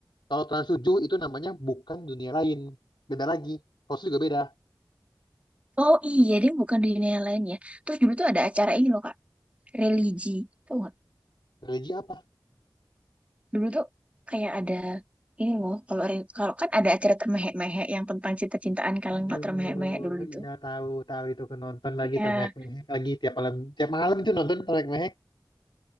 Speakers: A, on the left (about 80°); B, on the right (about 15°).
A: Kalau Trans 7 itu namanya bukan dunia lain. Beda lagi. Host juga beda.
B: Oh iya, dia bukan di dunia lain ya. Terus dulu tuh ada acara ini loh, Kak. religi tau nggak
A: Religi apa?
B: dulu tuh kayak ada ini loh kalau re- kalau kan ada acara termehek-mehek yang tentang cinta-cintaan kalian
A: Aduh,
B: nggak termehek-mehek dulu itu
A: iya tahu tahu itu aku nonton lagi
B: ya
A: termehek-mehek lagi tiap malam tiap malam itu nonton termehek-mehek.